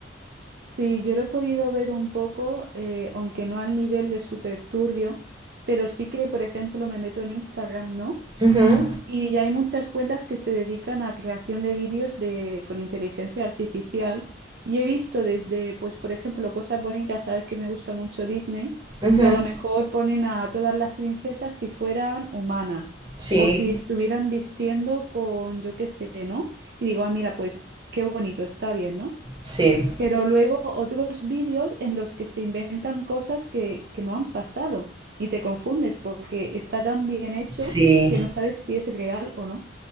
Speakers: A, on the right (about 55°); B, on the right (about 25°).
A: sí, yo lo he podido ver un poco, eh, aunque no al nivel de súper turbio, pero sí que, por ejemplo, me meto en Instagram, ¿no?
B: Ujú,
A: Y ya hay muchas cuentas que se dedican a creación de vídeos de, con inteligencia artificial. Y he visto desde, pues, por ejemplo, cosas bonitas, sabes que me gusta mucho Disney,
B: ujú,
A: y a lo mejor ponen a todas las princesas si fueran humanas
B: sí.
A: o si estuvieran vistiendo con, yo qué sé, ¿no? Y digo, ah, mira, pues qué bonito, está bien, ¿no?
B: Sí,
A: Pero luego otros vídeos en los que se inventan cosas que, que no han pasado y te confundes porque está tan bien hecho
B: sí,
A: que no sabes si es real o no.